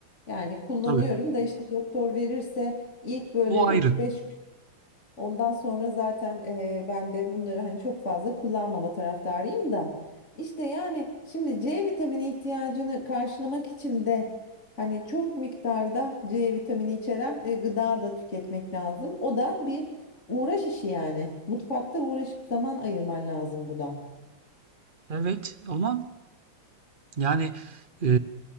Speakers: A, on the left (about 35°); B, on the right (about 40°).
A: Yani kullanıyorum
B: Tabii.
A: da işte doktor verirse ilk böyle
B: O ayrı.
A: üç beş gün ondan sonra zaten e, ben de bunları hani çok fazla kullanmama taraftarıyım da. İşte yani şimdi C vitamini ihtiyacını karşılamak için de hani çok miktarda C vitamini içeren e, gıda da tüketmek lazım. O da bir uğraş işi yani. Mutfakta uğraşıp zaman ayırman lazım buna.
B: Evet ama yani e,